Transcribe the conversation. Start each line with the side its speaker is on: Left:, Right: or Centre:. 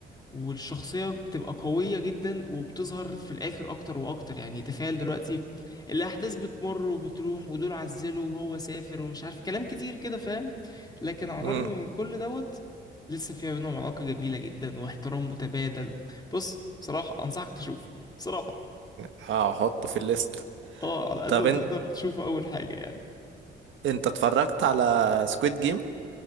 Left: والشخصية بتبقى قوية جدا وبتظهر في الاخر اكتر واكتر يعني تخيل دلوقتي الاحداث بتمر وبتروح ودول عزلوا وهو سافر ومش عارف كلام كتير كده فاهم لكن على الرغم
Right: امم
Left: من كل دوت لسه في بينهم علاقة جميلة جدا واحترام متبادل بص بصراحة انصحك تشوف بصراحة
Right: هحطه في الليست
Left: اه على قد
Right: طب
Left: ما
Right: انت
Left: تقدر تشوفه اول حاجه يعني
Right: انت اتفرجت على سكويد جيم